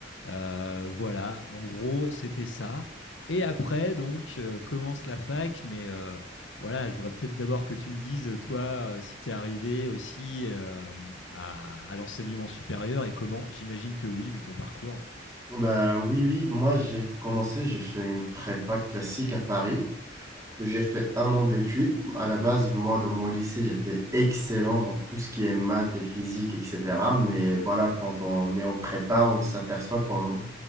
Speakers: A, on the left; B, on the right.
A: Euh, voilà, en gros, c'était ça. Et après, donc, euh, commence la fac, mais euh, voilà, je voudrais peut-être d'abord que tu me dises, euh, toi, euh, si tu es arrivé aussi euh, à, à l'enseignement supérieur et comment, j'imagine que oui, vu ton parcours.
B: Bah, oui, oui, moi j'ai commencé, j'ai fait une prépa classique à Paris. J'ai fait un an d'études. À la base, moi, de mon lycée, j'étais excellent dans tout ce qui est maths et physique, etc. Mais voilà, quand on est en prépa, on s'aperçoit qu'on...